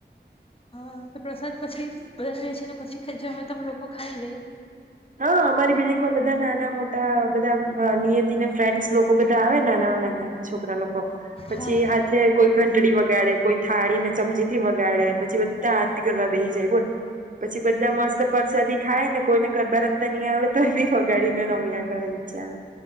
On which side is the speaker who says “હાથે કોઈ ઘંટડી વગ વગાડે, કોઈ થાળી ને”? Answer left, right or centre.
Right